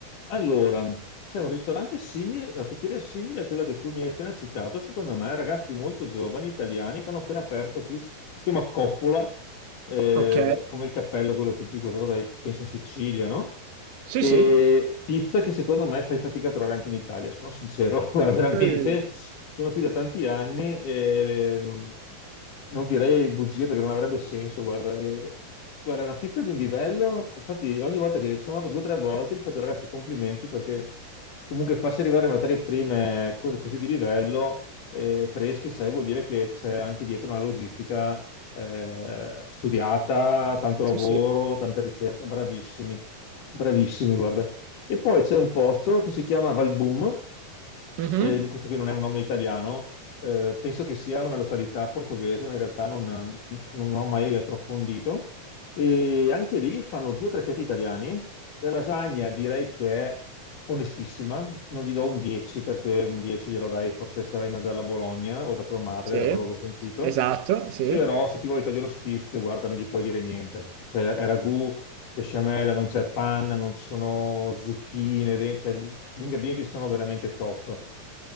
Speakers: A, on the left; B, on the right.
A: Allora, c'è un ristorante simile, una pizzeria simile a quella che tu mi hai appena citato, secondo me, ragazzi molto giovani, italiani, che hanno appena aperto qui, si si chiama Coppola, eh,
B: Ok,
A: come il cappello, quello tipico usato dai, penso in Sicilia, no?
B: sì,
A: E
B: sì,
A: pizza che secondo me fai fatica a trovare anche in Italia, sono sincero, <laughs> guarda, veramente,
B: Eh,
A: sono qui da tanti anni e non Non direi bugie perché non avrebbe senso, guarda. E- guarda, è una pizza di un livello, infatti ogni volta che sono andato due o tre volte gli faccio ragazzi complimenti perché comunque farsi arrivare materie prime co- così di livello, eh, fresche, sai, vuol dire che c'è anche dietro una logistica eh, studiata, tanto
B: sì,
A: lavoro,
B: sì,
A: tanta ricerca, bravissimi, bravissimi, guarda. E poi c'è un posto che si chiama Valbum,
B: Mhm.
A: eh, questo qui non è un nome italiano, eh, penso che sia una località portoghese, ma in realtà non, non ho mai approfondito. E anche lì fanno due o tre piatti italiani. La lasagna direi che è onestissima, non gli do un 10 perché un 10 glielo dai forse se vai a mangiarla a Bologna o da tua madre,
B: Sì,
A: da quello che ho sentito.
B: esatto, sì.
A: Però se ti vuoi tagliare lo sfizio, guarda, non gli puoi dire niente. Cioè, è ragù, besciamella, non c'è panna, non ci sono zucchine, de- cioè, gli ingredienti sono veramente top.